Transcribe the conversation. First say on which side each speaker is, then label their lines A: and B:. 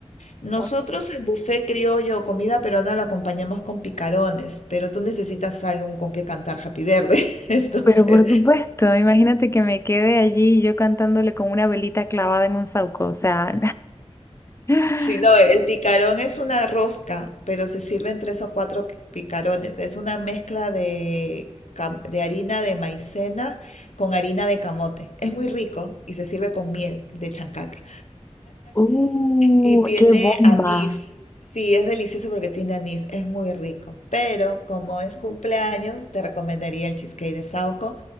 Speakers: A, on the left (about 85°); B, on the left (about 25°).
A: Nosotros
B: Oye,
A: el buffet criollo o comida peruana lo acompañamos con picarones, pero tú necesitas algo con que cantar Happy Verde. <laughs> Entonces,
B: Pero por supuesto, imagínate que me quede allí yo cantándole con una velita clavada en un saúco. O sea, <laughs>
A: Sí, no, el picarón es una rosca, pero se sirven tres o cuatro qu- picarones. Es una mezcla de, cam- de harina de maicena con harina de camote. Es muy rico y se sirve con miel de chancaca.
B: ¡uh,
A: Y tiene
B: qué bomba!
A: anís. Sí, es delicioso porque tiene anís. Es muy rico. Pero como es cumpleaños, te recomendaría el cheesecake de Sauco.